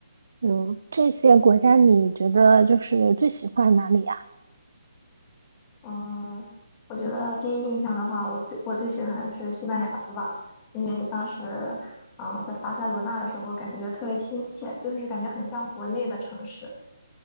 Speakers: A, on the right; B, on the left.
A: 嗯，这些国家你觉得就是最喜欢哪里呀？
B: 嗯，我觉得第一印象的话，我最我最喜欢的是西班牙吧，因为当时，嗯、在巴塞罗那的时候，感觉特别亲切，就是感觉很像国内的城市。